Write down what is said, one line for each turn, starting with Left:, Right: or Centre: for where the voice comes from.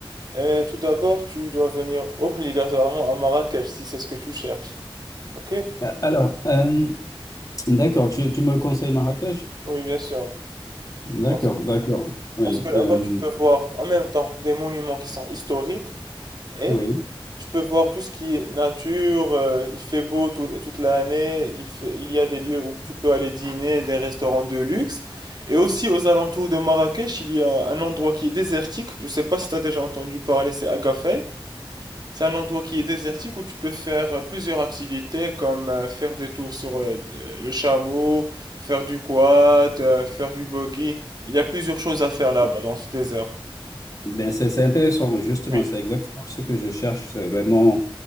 Right: Euh, tout d'abord, tu dois venir obligatoirement à Marrakech si c'est ce que tu cherches. Ok?
Left: Euh, Alors, euh, d'accord, tu, tu me conseilles Marrakech?
Right: Oui, bien sûr.
Left: D'accord,
Right: Parce
Left: d'accord. Oui,
Right: parce que là-bas,
Left: euh,
Right: tu peux voir en même temps des monuments qui sont historiques et
Left: oui.
Right: tu peux voir tout ce qui est nature. euh, il fait beau tout toute l'année. Il fait- il y a des lieux où tu peux aller dîner, des restaurants de luxe. Et aussi aux alentours de Marrakech, il y a un endroit qui est désertique. Je ne sais pas si tu as déjà entendu parler, c'est Agafay. C'est un endroit qui est désertique où tu peux faire euh, plusieurs activités comme euh, faire des tours sur euh, le chameau, faire du quad, euh, faire du buggy. Il y a plusieurs choses à faire là-bas dans ce désert.
Left: Ben c'est c'est intéressant, justement,
Right: Oui.
Left: c'est exactement ce que je cherche. C'est vraiment